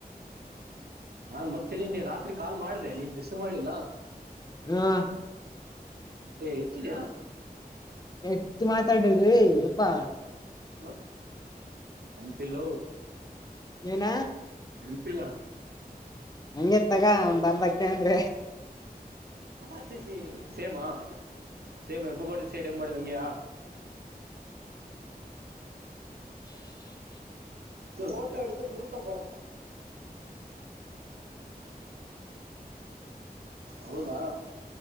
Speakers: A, on the right; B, on the left.
A: ನಾನ್ ಮತ್ತೆ ನಿನ್ನೆ ರಾತ್ರಿ ಕಾಲ್ ಮಾಡ್ದೆ ನೀನ್ ರಿಸ ಮಾಡ್ಲಿಲ್ಲ
B: ಹಾ
A: ಏ ಇಯಾ
B: ಹೆಚ್ಚು ಮಾತಾಡಿದ್ರಿ ಇಪ್ಪಾ
A: ಹಲೋ ಎಂತಲ
B: ಏನ
A: ನೆನಪಿಲ್ಲ
B: ಹಂಗೆ ಮತ್ಗಒಂದರ್ದಕ್ಕನ್ರ
A: ಹಾ ಸಿ ಸಿ ಸೇಮಾ ಸೇಮ್ ಬಗೋಡ ಸೈಡ್ ಹೆಂಗ್ ಮಾಡಿದ್ ಹಂಗ್ಯಾ
B: ಹ್ಮ
A: ಫೋಟೋ ಹಿಡದು ಗರುೂಪಡ ಹೌದಾ